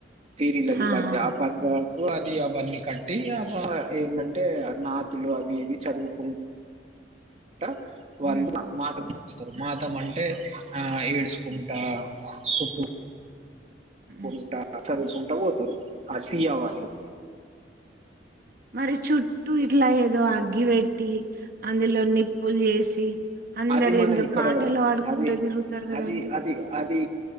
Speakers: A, on the right (about 40°); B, on the right (about 55°).
A: తీరిలది
B: ఆ
A: పంజాబ్
B: ఆ,
A: పంజాబ్ పు అది అవన్నీ కట్టి ఏంటంటే నాతులు అవి ఇవి చదువుకుం ట వాళ్లు
B: ఉమ్
A: మాట స్తారు మాతం అంటే ఆ ఏడ్చకుంటా సుట్టూ
B: ఉమ్
A: కుంట చదువుకుంటా పోతారు ఆసియా వాళ్ళు
B: మరి చుట్టూ ఇట్లా ఏదో అగ్గి వెట్ ట్టి అందులో నిప్పులు చేసి అందరు
A: అది మన
B: ఏందో
A: ఇక్కడ
B: పాటలు
A: కదా
B: పాడుకుంటూ
A: అది
B: తిరుగుతారు కదండి
A: అది అది అది